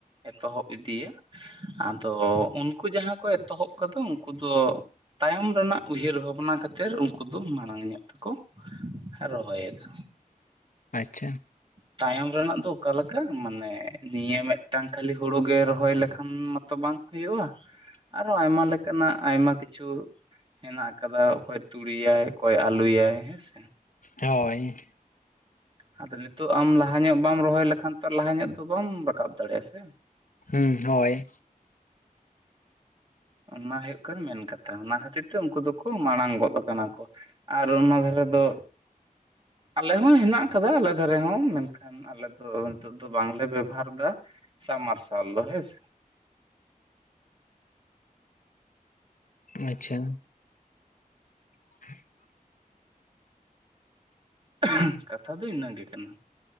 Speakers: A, on the right (about 35°); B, on the left (about 65°).
A: ᱮᱛᱚᱦᱚᱵ ᱤᱫᱤᱭᱟ ᱟᱫᱚ ᱩᱱᱠᱩ ᱡᱟᱦᱟᱸ ᱠᱚ ᱮᱛᱚᱦᱚᱵ ᱠᱟᱫᱟ ᱩᱱᱠᱩ ᱫᱚ ᱛᱟᱭᱚᱢ ᱨᱮᱱᱟᱜ ᱩᱭᱦᱟᱹᱨ ᱚᱱᱟ ᱠᱷᱟᱹᱛᱤᱨ ᱩᱱᱠᱩ ᱫᱚ ᱢᱟᱲᱟᱝ ᱧᱚᱜ ᱛᱮᱠᱚ ᱨᱚᱦᱚᱭᱮᱫᱟ
B: ᱟᱪᱪᱷᱟ
A: ᱛᱟᱭᱚᱢ ᱨᱮᱱᱟᱜ ᱫᱚ ᱚᱠᱟᱮᱞᱮᱠᱟ ᱢᱟᱱᱮ ᱱᱤᱭᱟᱹ ᱢᱤᱫᱴᱟᱝ ᱠᱷᱟᱹᱞᱤ ᱦᱩᱲᱳ ᱜᱮ ᱨᱚᱦᱚᱭ ᱞᱮᱠᱷᱟᱱ ᱢᱟ ᱛᱚ ᱵᱟᱝ ᱠᱚ ᱦᱩᱭᱩᱜᱼᱟ
B: ᱪᱮᱜ ᱾
A: ᱟᱨᱦᱚ ᱟᱭᱢᱟ ᱞᱮᱠᱟᱱᱟᱜ ᱟᱭᱢᱟ ᱠᱤᱪᱷᱩ ᱦᱮᱱᱟᱜ ᱟᱫ ᱚᱠᱚᱭ ᱛᱩᱲᱤᱭᱟᱭ ᱚᱠᱚᱭ ᱟᱹᱞᱩᱭᱟᱭ ᱦᱮᱸᱥᱮ
B: ᱦᱳᱭ
A: ᱟᱫᱚ ᱱᱤᱛᱳᱜ ᱟᱢ ᱞᱟᱦᱟ ᱧᱚᱜ ᱵᱟᱢ ᱨᱚᱦᱚᱭ ᱞᱮᱠᱷᱟᱱ ᱛᱚ ᱞᱟᱦᱟ ᱧᱚᱜ ᱫᱚ ᱵᱟᱢ ᱨᱟᱠᱟᱵ ᱫᱟᱲᱮᱭᱟᱜᱼᱟ ᱥᱮ
B: ᱦᱩᱸ ᱦᱳᱭ
A: ᱚᱱᱟ ᱦᱩᱭᱩᱜ ᱠᱟᱱᱟ ᱢᱮᱱ ᱠᱟᱛᱷᱟ ᱚᱱᱟ ᱠᱷᱟᱹᱛᱤᱨ ᱛᱮ ᱩᱱᱠᱩ ᱫᱚᱠᱚ ᱢᱟᱲᱟᱝ ᱜᱚᱫ ᱠᱟᱱᱟ ᱠᱚ ᱟᱨ ᱚᱱᱟ ᱫᱷᱟᱨᱮ ᱫᱚ ᱟᱞᱮ ᱦᱚᱸ ᱦᱮᱱᱟᱜ ᱠᱟᱫᱟ ᱟᱞᱮ ᱫᱷᱟᱨᱮ ᱦᱚᱸ ᱢᱮᱱᱠᱷᱟᱱ ᱟᱞᱮ ᱫᱚ ᱱᱤᱛᱚᱜ ᱫᱚ ᱵᱟᱝᱞᱮ ᱵᱮᱵᱷᱟᱨ ᱮᱫᱟ ᱥᱟᱢ ᱢᱟᱨᱥᱟᱞ ᱫᱚ ᱦᱮᱸᱥᱮ
B: ᱟᱪᱪᱷᱟ <inaudible>
A: <unintelligible> ᱠᱟᱛᱷᱟ ᱫᱚ ᱤᱱᱟᱹ ᱜᱮ ᱠᱟᱱᱟ